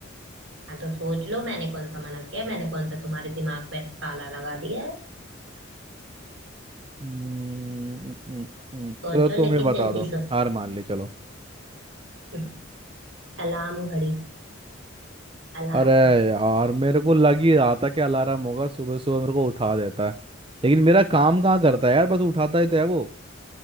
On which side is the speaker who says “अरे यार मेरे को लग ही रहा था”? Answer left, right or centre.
Right